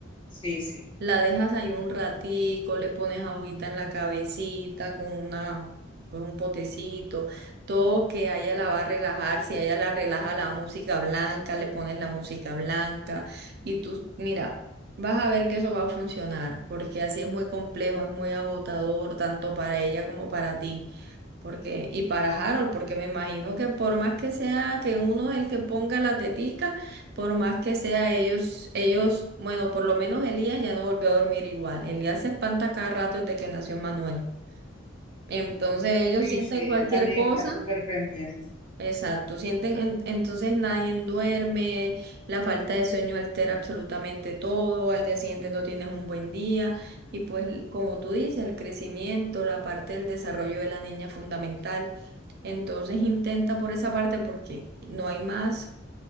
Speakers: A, on the left (about 25°); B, on the right (about 55°).
A: Sí, sí.
B: La dejas ahí un ratico, le pones agüita en la cabecita con una, pues un potecito, todo que a ella la va a relajar, si a ella la relaja la música blanca, le pones la música blanca y tú, mira, vas a ver que eso va a funcionar, porque así es muy complejo, es muy agotador, tanto para ella como para ti. Porque, y para Harold, porque me imagino que por más que sea que uno es el que ponga la tetica, por más que sea ellos, ellos, bueno, por lo menos Elías ya no volvió a dormir igual. Elías se espanta cada rato desde que nació Manuel. Entonces ellos
A: Sí,
B: sienten
A: sí,
B: cualquier
A: él también
B: cosa.
A: está súper pendiente.
B: Exacto, sienten, en- entonces nadie duerme, la falta de sueño altera absolutamente todo, al día siguiente no tienes un buen día y pues como tú dices, el crecimiento, la parte del desarrollo de la niña es fundamental. Entonces intenta por esa parte porque no hay más.